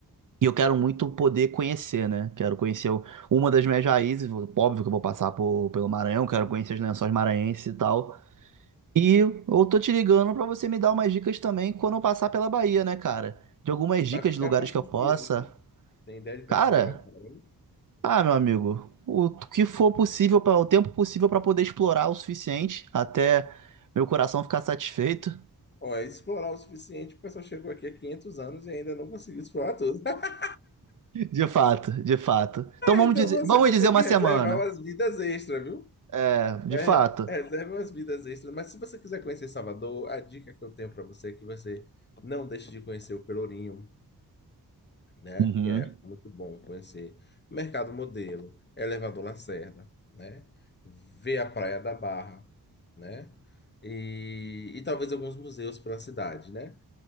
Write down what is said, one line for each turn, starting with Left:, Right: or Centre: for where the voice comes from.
Right: E eu quero muito poder conhecer, né? Quero conhecer o- uma das minhas raízes. Óbvio que eu vou passar por, pelo Maranhão, quero conhecer os lençóis maranhenses e tal. E eu tô te ligando pra você me dar umas dicas também quando eu passar pela Bahia, né, cara? De algumas dicas
Left: Vai ficar
Right: de lugares
Left: quantos
Right: que eu possa.
Left: dias aqui? Tem ideia de
Right: Cara,
Left: quantos dias vai ficar aí?
Right: ah, meu amigo, o que for possível, pra, o tempo possível pra poder explorar o suficiente até meu coração ficar satisfeito.
Left: Olha, explorar o suficiente, o pessoal chegou aqui há 500 anos e ainda não conseguiu explorar tudo. <laughs>
Right: <laughs> De fato, de fato. Então vamos
Left: Então
Right: dizer,
Left: você
Right: vamos
Left: vai
Right: dizer
Left: ter
Right: uma
Left: que reservar
Right: semana.
Left: umas vidas extras, viu?
Right: É, de
Left: Né?
Right: fato.
Left: Reserve umas vidas extras. Mas se você quiser conhecer Salvador, a dica que eu tenho para você é que você não deixe de conhecer o Pelourinho. né?
Right: Uhum.
Left: Que é muito bom conhecer. Mercado Modelo, Elevador Lacerda, né? Ver a Praia da Barra, né? E, e talvez alguns museus pela cidade, né?